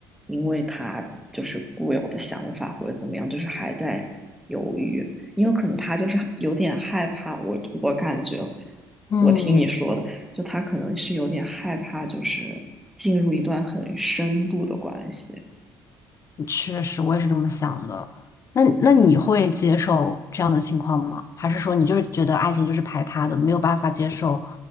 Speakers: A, in the centre; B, on the left (about 40°).
A: 因为他就是固有的想法或者怎么样，就是还在犹豫，因为可能他就是有点害怕。我我感觉，
B: 嗯，
A: 我听你说的，就他可能是有点害怕，就是进入一段很深度的关系。
B: 确实，我也是这么想的。那那你会接受这样的情况吗？还是说你就是觉得爱情就是排他的，没有办法接受，